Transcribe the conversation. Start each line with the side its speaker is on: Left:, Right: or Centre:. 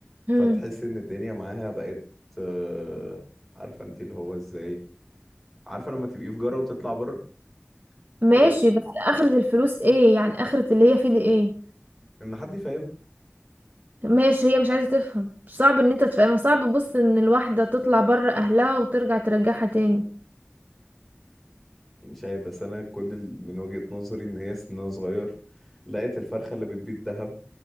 Right: مم.
Centre: فتحس ان الدنيا معاها بقت آه، عارفه انت اللي هو ازاي عارفه لما تبقي في جره وتطلع بره
Right: ماشي
Centre: إيه،
Right: بس آخرة الفلوس ايه يعني آخرة اللي هي فيه دي ايه
Centre: ان حد يفهمها
Right: ماشي هي مش عايزة تفهم صعب ان انت تفهم صعب بص ان الواحدة تطلع بره أهلها وترجع ترجعها تاني
Centre: مش عارف بس انا كل ال- من وجهه نظري ان هي سنها صغير لقيت الفرخه اللي بتبيض ذهب